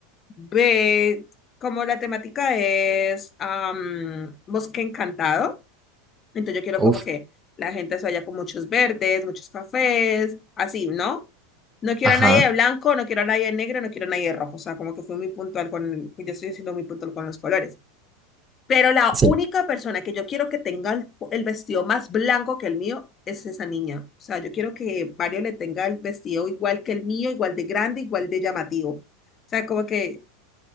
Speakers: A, on the left; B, on the right.
A: Ve, como la temática es am, bosque encantado, entonces yo quiero
B: Uf,
A: como que la gente se vaya con muchos verdes, muchos cafés, así, ¿no? No quiero
B: ajá.
A: a nadie de blanco, no quiero a nadie de negro, no quiero a nadie de rojo, o sea, como que fui muy puntual con, yo estoy siendo muy puntual con los colores. Pero la
B: Sí.
A: única persona que yo quiero que tenga el, el vestido más blanco que el mío es esa niña. O sea, yo quiero que Mario le tenga el vestido igual que el mío, igual de grande, igual de llamativo. O sea, como que